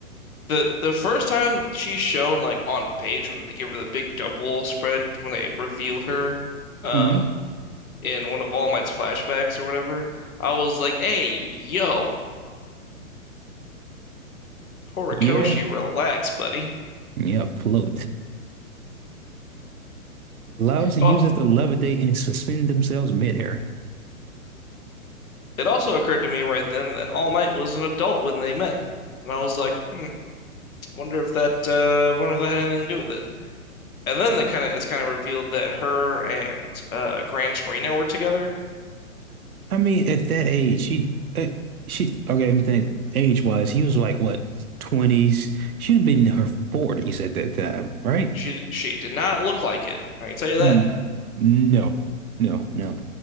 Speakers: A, on the left (about 70°); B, on the right (about 80°).
A: the the first time she's shown like on page when they give her the big double spread when they reveal her, um,
B: hmm
A: in one of All Might's flashbacks or whatever, I was like, "Hey, yo, Horikoshi,
B: Yeah.
A: relax, buddy."
B: Yeah, float. allows the
A: But
B: users to levitate and suspend themselves midair.
A: it also occurred to me right then that All Might was an adult when they met, and I was like, "Hmm, wonder if that uh, wonder if that had anything to do with it." And then they kind of it's kind of revealed that her and uh, Gran Torino were together.
B: I mean, at that age, she, uh, she, okay, let me think. Age wise, he was like what, 20s? She'd have been in her 40s at that time, right?
A: She she did not look like it. I can tell you that.
B: Mm, no, no, no.